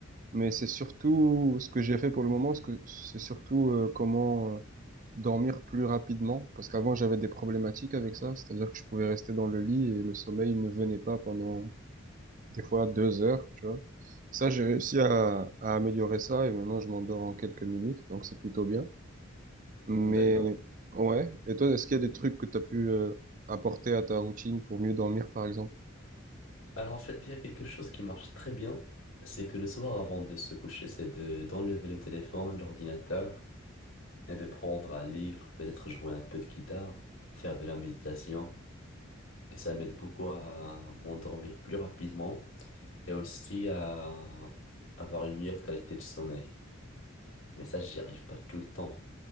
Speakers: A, on the right; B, on the left.
A: Mais c'est surtout ce que j'ai fait pour le moment, ce que c'est surtout euh, comment euh, dormir plus rapidement. Parce qu'avant, j'avais des problématiques avec ça. C'est-à-dire que je pouvais rester dans le lit et le sommeil ne venait pas pendant des fois deux heures, tu vois. Ça, j'ai réussi à, à améliorer ça et maintenant je m'endors en quelques minutes, donc c'est plutôt bien. Mais
B: D'accord.
A: ouais, et toi, est-ce qu'il y a des trucs que tu as pu euh, apporter à ta routine pour mieux dormir, par exemple?
B: Alors en fait, il y a quelque chose qui marche très bien, c'est que le soir avant de se coucher, c'est de d'enlever le téléphone, l'ordinateur, et de prendre un livre, peut-être jouer un peu de guitare, faire de la méditation, et ça m'aide beaucoup à m'endormir plus rapidement, et aussi à avoir une meilleure qualité de sommeil. Mais ça, j'y arrive pas tout le temps,